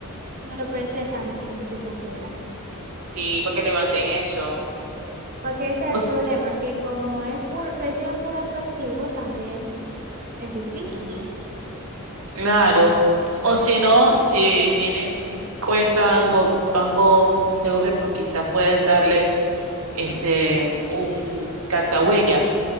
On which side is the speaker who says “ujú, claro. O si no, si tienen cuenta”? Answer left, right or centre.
Right